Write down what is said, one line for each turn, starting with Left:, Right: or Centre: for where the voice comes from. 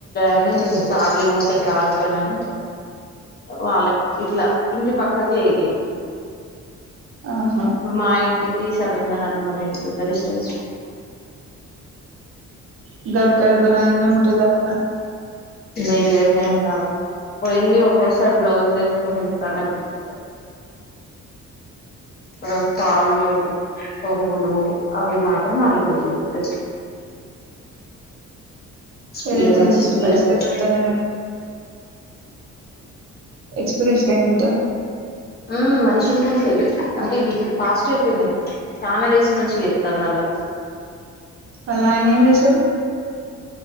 Left: కానీ ఖాళీగా ఉంటే కాని పని అని వాళ్ళకి ఇట్లా ఇంటి పక్కక్ తేదీ
Right: ఆహా
Left: ఇప్పుడు మా ఇంటిక్ ఈశ్వర్ నానమ్మ మోళ్లకి ఎంత డిస్టెన్స్
Right: <inaudible>
Left: ఎదురునుంగా పోయి ఒక్కొసారి బ్లౌజులు తెచ్చుకొని ఇంటికాడనే కుట్టుకుంటా ఆ ఫాల్లు కొంగులు అవి మాత్రం ఆడికి బోయి గుడతది <inaudible> స్పీడే
Right: ఏదైతే
Left: మంచి
Right: ఏంటి
Left: స్పీడ్
Right: పైసలు
Left: ఎక్కువే
Right: అయితే వత్తన్నాయి ఎక్స్పీరియన్స్ కాండిడేటా
Left: ఆ మంచిగ కుడతది అంటే ఇప్పుడు ఫాస్ట్ అయిపోయినయ్ చాలా డేస్ నుంచి తందల్లో
Right: వాళ్ళ ఆయన ఏం చేస్తాడు